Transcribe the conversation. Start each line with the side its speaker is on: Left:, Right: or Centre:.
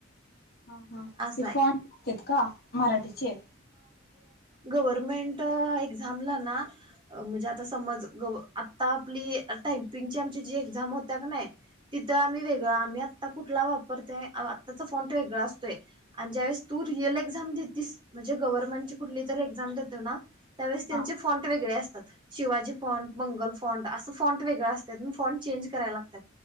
Left: हा हा
Right: असं
Left: ते
Right: आहे
Left: फॉन <unintelligible> का मराठीचे
Right: गवरमेंट एक्साम ला ना म्हणजे आता समज आता आपली टायपिंग आमची एक्साम होतेय की नाही तिथं आम्ही वेगळां आम्ही आता कुठला वापरतोय आताचा फॉं ट वेगळा असतोय आणि ज्यावेळेस तू रिअल एक्झाम देतेस म्हणजे गव्हर्नमेंटची कुटली तरी एक्झाम देतो ना त्यावेळेस त्यांचे
Left: हां
Right: फॉंट वेगळे असतात. शिवाजी फॉंट मंगल फॉन्ट असं फॉंट वेगळं असतात फॉंट चेंज करायला लागतात.